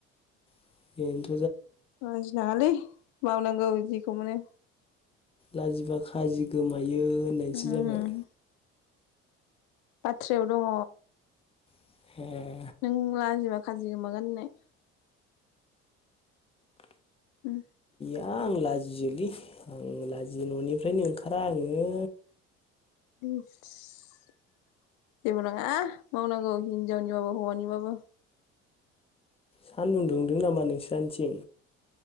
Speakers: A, on the left; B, on the left.
A: <inaudible>
B: लाजि नाङालै मावनांगौ जिखौ मोनो
A: लाजिबा खाजि गोमा यो होननायसो
B: उम
A: जाबाय।
B: बाथ्रायाव दङ।
A: <unintelligible>
B: नों लाजिबा खाजि गोमागोन होननाय। उम
A: दा आं लाजि ओलै आं लाजियो न'निफ्रायनो ओंखारा आङो
B: <unintelligible> जेबो नङा मावनांगौ हिनजावनिबाबो हौवानिबाबो।
A: सानदुं दुंदों नामा नोंस्रानिथिं?